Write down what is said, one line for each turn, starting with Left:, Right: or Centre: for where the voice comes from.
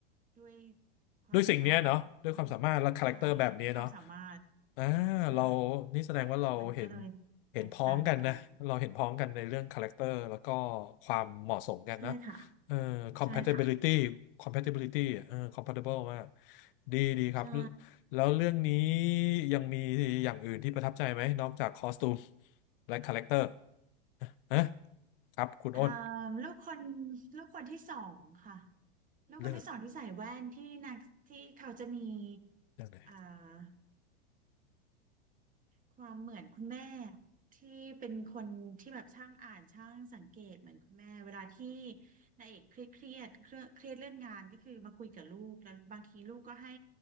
Right: ด้วยความสามารถของ
Left: ด้วยสิ่งเนี้ยเนาะด้วยความสามารถและคาแรคเตอร์แบบเนี้ยเนาะ
Right: ใช่ด้วยความสามารถ
Left: อ่า
Right: ใช่
Left: เรานี่แสดงว่าเราเห็น
Right: มันก็เลยแตกต่างกัน
Left: เห็นพ้องกันนะเราเห็นพ้องกันในเรื่องคาแรคเตอร์แล้วก็ความเหมาะสมกันนะ
Right: ใช่ค่ะ
Left: เออ compatibility
Right: ใช่ค่ะ
Left: compatibility เออ compatible มาก ดีดีครับ
Right: ใช่
Left: แล้วเรื่องนี้ยังมีอย่างอื่นที่ประทับใจไหมนอกจากคอสตูมและคาแรคเตอร์ฮะครับ คุณอ้น
Right: อ่าลูกคนลูกคนที่สองค่ะ แล้วคนที่สองที่ใส่แว่นที่นางที่เขาจะมี
Left: เรื่องเรื่องไหน
Right: อ่าความเหมือนคุณแม่ที่เป็นคนที่แบบช่างอ่านช่างสังเกตเหมือนคุณแม่เวลาที่นายเอกเครียดเครียดเครียดเครียดเรื่องงานก็คือมาคุยกับลูกแล้วบางทีลูกก็ให้